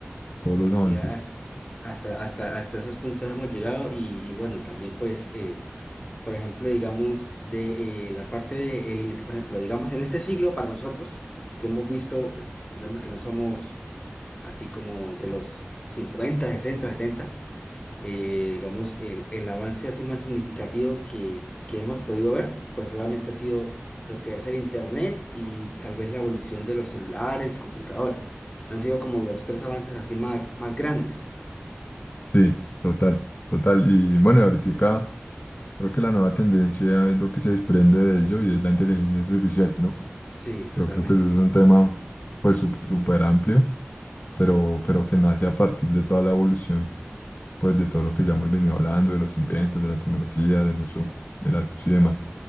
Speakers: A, on the left (about 45°); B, on the left (about 25°).
A: todos los
B: Sí,
A: avances.
B: has- hasta, hasta, hasta esos puntos hemos llegado y, y bueno, también pues, eh, por ejemplo, digamos, de eh, la parte de, el in- por ejemplo, digamos, en este siglo para nosotros, que hemos visto, eh, digamos que no somos así como de los 50 60 70 eh, digamos, el, el avance así más significativo que, que hemos podido ver, pues obviamente ha sido lo que es el Internet y tal vez la evolución de los celulares y computadores. Han sido como los tres avances así más, más grandes.
A: Sí, total, total. Y bueno, ahorita creo que la nueva tendencia es lo que se desprende de ello y es la inteligencia artificial, ¿no?
B: Sí, totalmente.
A: Pero creo que eso es un tema pues sup- súper amplio, pero, pero que nace a partir de toda la evolución, pues de todo lo que ya hemos venido hablando, de los inventos, de la tecnología, del uso de la luz y demás.